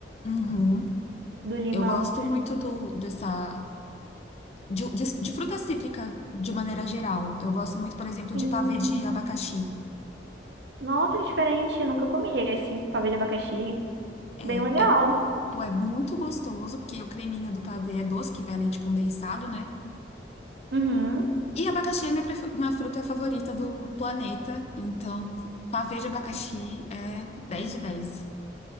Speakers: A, on the left (about 35°); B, on the right (about 75°).
A: Uhum.
B: Do limão.
A: Eu gosto muito do, dessa. De, de, de fruta cítrica, de maneira geral. Eu gosto muito, por exemplo,
B: Sim.
A: de pavê de abacaxi.
B: Nossa, que diferente. Eu nunca comi esse pavê de abacaxi.
A: É,
B: Bem legal.
A: é, pô, é muito gostoso, porque o creminho do pavê é doce, que vai leite condensado, né?
B: Uhum.
A: E abacaxi é minha, pref- minha fruta favorita do planeta. Então, pavê de abacaxi é dez de dez.